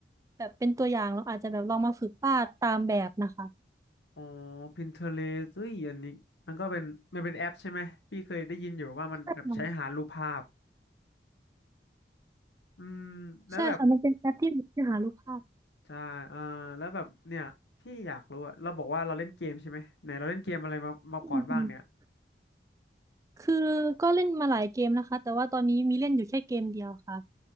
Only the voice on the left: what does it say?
อ๋อ Pinterest เอ้ยอันนี้มันก็เป็นมันเป็นแอปใช่ไหมพี่เคยได้ยินอยู่ว่ามันแบบใช้หารูปภาพ
อืมแล้วแบบ
ใช่เออแล้วแบบเนี่ยพี่อยากรู้อะเราบอกว่าเราเล่นเกมใช่ไหมไหนเราเล่นเกมอะไรมามาก่อนบ้างเนี่ย